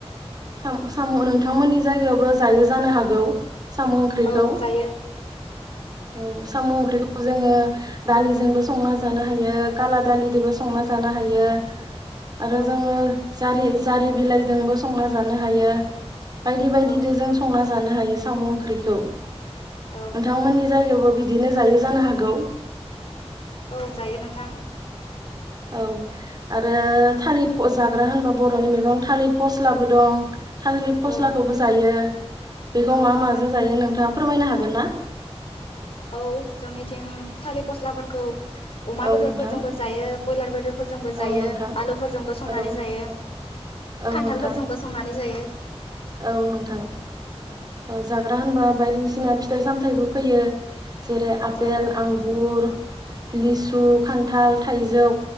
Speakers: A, on the right (about 40°); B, on the left (about 60°).
A: साम सामु नोंथांमोननि जायगायावबो जायो जानो हागौ साम ओंख्रिखौ
B: औ जायो
A: औ साम ओंख्रिखौ जोङो दालिजोंबो संना जानो हायो काला दालिजोंबो संना जानो हायो आरो
B: औ
A: जोङो जारि जारि बिलाइजोंबो संना जानो हायो बायदि बायदिजों
B: औ
A: जों संना जा- नो हायो ओंख्रिखौ नोंथांमोननि
B: औ
A: जायगायावबो बिदिनो जायो जानो हागौ?
B: औ जायो नोंथां
A: औ आरो थालिर जाग्रा होनबा बरनि मेगं थालिर फस्लाबो दं थासलि फस्लाखौबो
B: औ
A: जायो बेखौ
B: औ
A: मा माजों जायो नोंथाङा फोरमायनो हागोन ना?
B: औ जोंनिथिं थालिर फस्लाफोरखौ अमा
A: औ
B: बेदरफोरजोंबो
A: नोंथां
B: जायो ब्रयलार बेदरफोर फोरजोंबो जायो
A: औ नोंथां
B: आलुफोरजोंबो संनानै
A: औ
B: जायो
A: औ
B: खान्थालफोरजोंबो
A: नोंथां
B: संनानै जायो
A: औ नोंथां औ जाग्रा होनबा बायदिसिना फिथाइ सामथायाइबो फैयो जेरै आपेल
B: औ
A: आंगुर लिसु खान्थाल थाइजौ